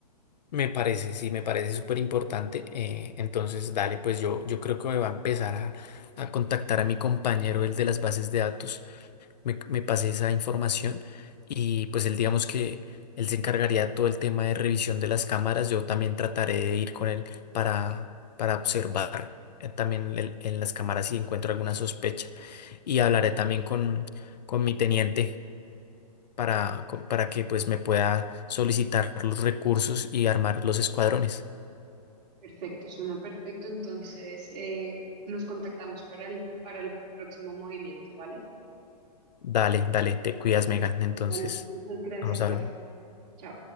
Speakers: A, on the left; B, on the right.
A: Me parece, sí, me parece súper importante. eh, entonces, dale, pues yo, yo creo que me va a empezar a, a contactar a mi compañero, el de las bases de datos. me, me pase esa información y pues él digamos que él se encargaría de todo el tema de revisión de las cámaras, yo también trataré de ir con él para, para observar eh, también el- en las cámaras si encuentro alguna sospecha y hablaré también con, con mi teniente para, co- para que pues me pueda solicitar los recursos y armar los escuadrones.
B: Perfecto, suena perfecto. Entonces, eh, nos contactamos para el, para el próximo movimiento, ¿vale?
A: Dale, dale, te cuidas, Megan, entonces
B: Vale, muchas gracias,
A: vamos hablando.
B: Paco. Chao.